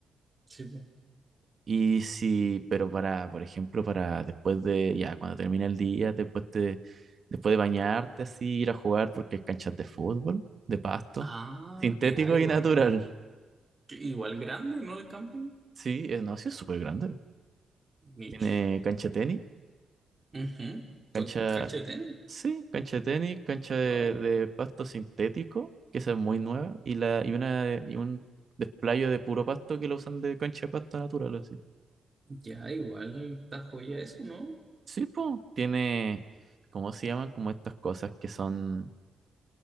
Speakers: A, on the right; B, on the right.
A: Sí, po.
B: Y si, pero para, por ejemplo, para después de, ya, cuando termina el día, después de después de bañarte, así, ir a jugar, porque hay canchas de fútbol, de pasto,
A: Ah,
B: sintético
A: ya, igual,
B: y natural.
A: ¿eh? Que Igual grande, ¿no? El camping.
B: Sí, eh, no, sí es súper grande.
A: Niche.
B: Tiene cancha de tenis,
A: Ujú.
B: cancha,
A: Cachete.
B: sí, cancha de tenis, cancha de,
A: Wow.
B: de pasto sintético, que esa es muy nueva, y la, y una, y un desplayo de puro pasto que lo usan de cancha de pasto natural, así.
A: Ya, igual está joya eso, ¿no?
B: Sí, pues, tiene, ¿cómo se llaman? Como estas cosas que son